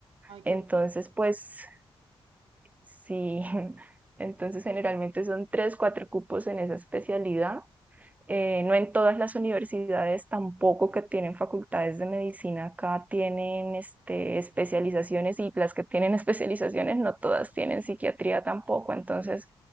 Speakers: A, on the right; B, on the right.
A: Ay,
B: entonces
A: qué guay.
B: pues Sí, <laughs> entonces generalmente son tres, cuatro cupos en esa especialidad. Eh, no en todas las universidades tampoco que tienen facultades de medicina acá tienen este, especializaciones y las que tienen <laughs> especializaciones no todas tienen psiquiatría tampoco. Entonces